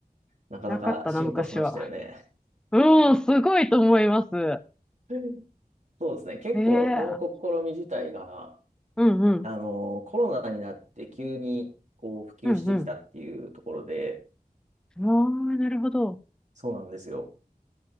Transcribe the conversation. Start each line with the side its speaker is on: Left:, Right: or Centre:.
Right: なかなか進歩しましたよね。
Centre: なかったな、昔は。うん、すごいと思います。
Right: うんそうですね。結構、
Centre: へえ、
Right: この試み自体が、
Centre: うんうん、
Right: あの、コロナになって急に、こう、普及してきたっていうところで、
Centre: うんうん。ああ、なるほど。
Right: そうなんですよ。